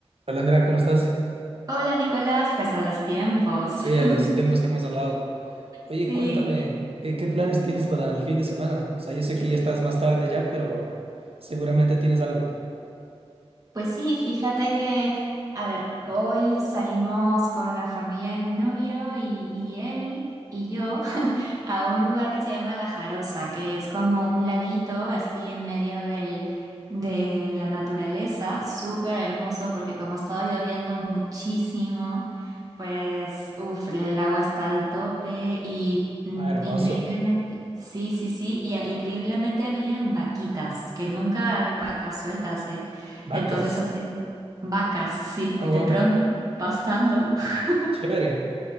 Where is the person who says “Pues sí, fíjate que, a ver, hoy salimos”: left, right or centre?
Right